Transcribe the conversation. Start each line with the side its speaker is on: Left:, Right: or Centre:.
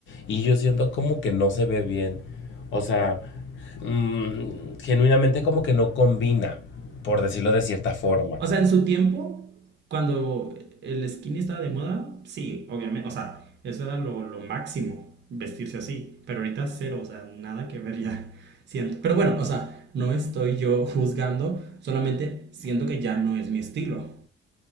Left: y yo siento como que no se ve bien. O sea, mm, genuinamente como que no combina, por decirlo de cierta forma.
Right: O sea, en su tiempo, cuando el skinny estaba de moda, sí, obviamente. O sea, eso era lo, lo máximo, vestirse así. Pero ahorita cero, o sea, nada que ver ya. Siento. Pero bueno, o sea, no estoy yo juzgando, solamente siento que ya no es mi estilo.